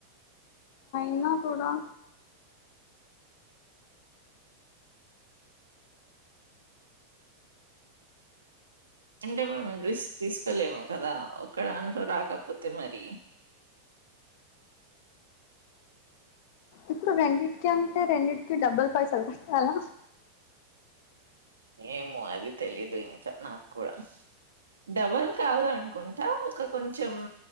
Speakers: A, on the left (about 50°); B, on the right (about 75°).
A: అయినా కుడా
B: అంటే మేం ర్రిస్క్ తీస్కోలేము కదా ఒక్కదాన్తో రాకపొతే మరి
A: ఇప్పుడు రెండింటికి అంటే రెండింటికి డబ్బులు పైసలు కట్టాలా.
B: ఏమో అది తెలీదు ఇంకా నాకుడా. డబల్ కాదు అనుకుంటా ఒక కొంచం